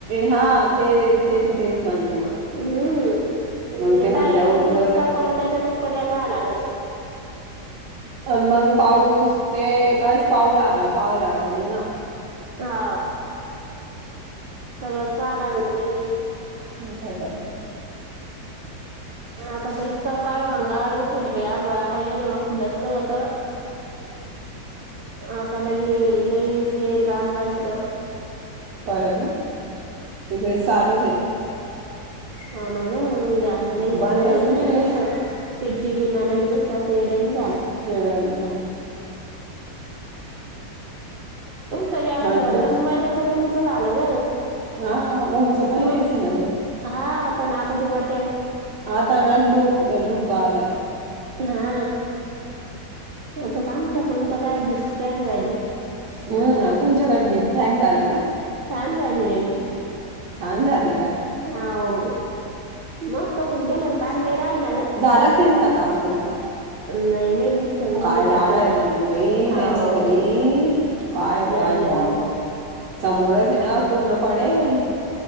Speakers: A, on the right; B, on the right.
A: हा. ते ते बी तेच मानते मग.
B: हम्म.
A: मग
B: हे
A: ते म्हणत्या
B: काय रोज
A: उठ
B: उट
A: ग
B: का प त्याच्यातच पड्याला राहाला ग.
A: अ मग पाऊस ते काहीच पाऊ ला पावं लागत नाही ना?
B: हा सगळंच पाहा लागत बाई.
A: ह् काय करलं.
B: आता तर इतकं काळभंगार उठले आभाळ. आता यदोळं खुलसलं होत. आता लगी लईच यायचा अंदाज बर.
A: परत ना? इकडे चालूच आहे.
B: हना ग ह अनलेैस
A: बंदच नाहीये
B: इत नुसतं. चिडचिडी नलगी नुसतं असं येड्यावानी झालं.
A: येड्यावानी झाला.
B: तुमचं बी आता
A: थंड
B: घरघन मजाचं उंच झालं ग.
A: हा ऊनचफाईलायस
B: मग
A: ना तो.
B: हा पण आता ते वाट
A: आता ना लुक, लुक आला त्याला.
B: हा. आता आमच्या कोणत काय भीत पॅक झाली.
A: हम्म तुमच्याकडे बी पॅक झाली का?
B: छान झाली बाई.
A: छान झाले ग.
B: हो मस्त होऊन गेलं ना ताण नाही राहिल ना ग
A: झाला त्यांचा काम पूर्ण?
B: नाही नाही नुसत्या दोन्हीकडच्या
A: काय राडा आहे म्हण, बाई
B: हो
A: त्यांच्या घरी. काय
B: लई
A: काय
B: लई
A: ब वा समोरच आहे ना पूर्ण पडेल.